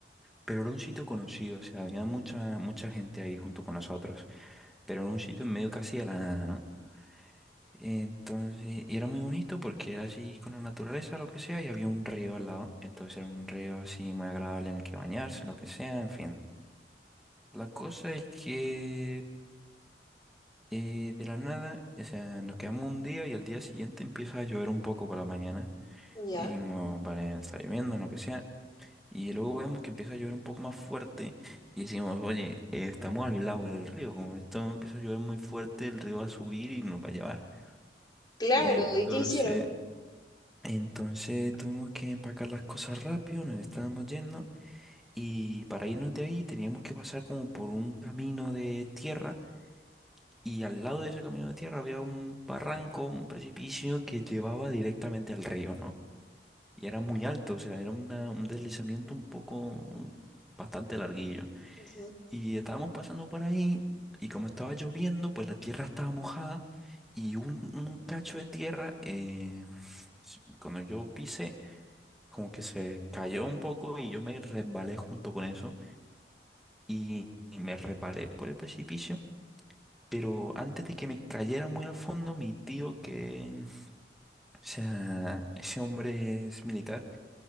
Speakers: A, in the centre; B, on the left.
A: pero era un sitio conocido, o sea, había mucha, mucha gente ahí junto con nosotros, pero era un sitio en medio casi de la nada, ¿no? Entonces, y era muy bonito porque era así con la naturaleza, lo que sea, y había un río al lado, entonces era un río así muy agradable en el que bañarse, lo que sea, en fin. La cosa es que eh, de la nada, o sea, nos quedamos un día y al día siguiente empieza a llover un poco por la mañana.
B: Ya,
A: Y dijimos, vale, está lloviendo, lo que sea. Y luego vemos que empieza a llover un poco más fuerte. Y decimos, oye, eh, estamos al lado del río. Como esto empieza a llover muy fuerte, el río va a subir y nos va a llevar.
B: claro,
A: Entonces,
B: ¿y qué hicieron?
A: entonces tuvimos que empacar las cosas rápido, nos estábamos yendo. Y para irnos de ahí teníamos que pasar como por un camino de tierra. Y al lado de ese camino de tierra había un barranco, un precipicio que llevaba directamente al río, ¿no? y era muy alto, o sea, era una- un deslizamiento un poco bastante larguillo.
B: Ujú.
A: Y estábamos pasando por ahí y como estaba lloviendo, pues la tierra estaba mojada y un, un cacho de tierra, eh, s- cuando yo pisé, como que se cayó un poco y yo me resbalé junto con eso y, y me reparé por el precipicio. Pero antes de que me cayera muy al fondo, mi tío que, o sea, ese hombre es militar